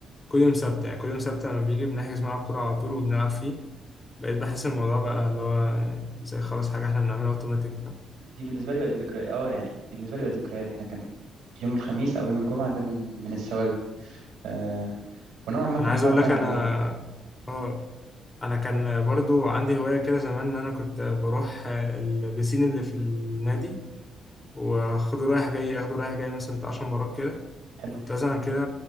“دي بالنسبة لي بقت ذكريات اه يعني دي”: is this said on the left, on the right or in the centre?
Right